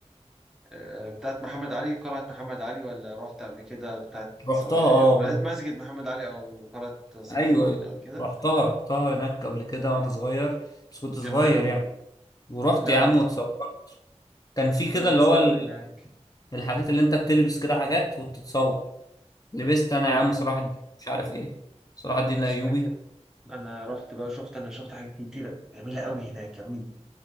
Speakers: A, in the centre; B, on the left (about 35°).
A: آه، بتاعت محمد علي قلعة محمد علي ولا رحت قبل كده بتاعت
B: رحتها
A: صلاح
B: اه
A: م-
B: وأنا-
A: مسجد محمد علي او قلعة صلاح
B: ايوه
A: الدين
B: أيوه.
A: او كده
B: رحتها رحتها هناك قبل كده وانا صغير بس كنت
A: جامدة
B: صغير
A: قوي
B: يعني ورحت
A: لا
B: يا
A: انا
B: عم
A: رحت
B: واتصورت كان في كده
A: وانا متصور
B: اللي هو ال-
A: هناك
B: الحاجات اللي انت بتلبس كده حاجات وتتصور لبست انا
A: لا
B: يا عم صلاح الدين مش عارف ايه صلاح الدين
A: مش
B: الايوبي
A: فاكر انا رحت بقى شفت انا شفت حاجات كتيره جميله قوي هناك كمان